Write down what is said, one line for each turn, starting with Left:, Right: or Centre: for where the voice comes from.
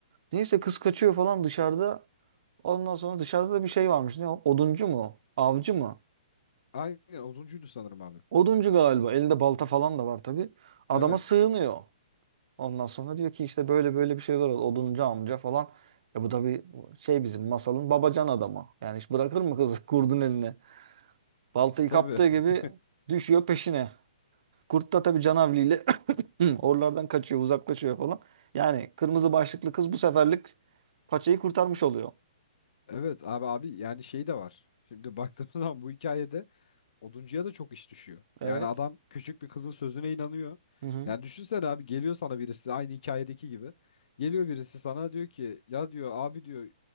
Right: Neyse kız kaçıyor falan dışarıda. Ondan sonra dışarıda da bir şey varmış. Ne o? Oduncu mu? Avcı mı?
Left: Aynen 30'uydu sanırım abi.
Right: Oduncu galiba. Elinde balta falan da var tabii. Adama
Left: Evet.
Right: sığınıyor. Ondan sonra diyor ki işte böyle böyle bir şeyler oldu. Oduncu amca falan. E bu tabii şey bizim masalın babacan adamı. Yani hiç bırakır mı kızı <laughs> kurdun eline? Baltayı
Left: Tabii.
Right: kaptığı gibi
Left: <laughs>
Right: düşüyor peşine. Kurt da tabii canavliyle <clears throat> oralardan kaçıyor, uzaklaşıyor falan. Yani kırmızı başlıklı kız bu seferlik paçayı kurtarmış oluyor.
Left: Evet abi abi yani şey de var. Şimdi baktığımız zaman bu hikayede Oduncuya da çok iş düşüyor.
Right: Evet.
Left: Yani adam küçük bir kızın sözüne inanıyor.
Right: Hı hı.
Left: Yani düşünsene abi geliyor sana birisi aynı hikayedeki gibi. Geliyor birisi sana diyor ki ya diyor abi diyor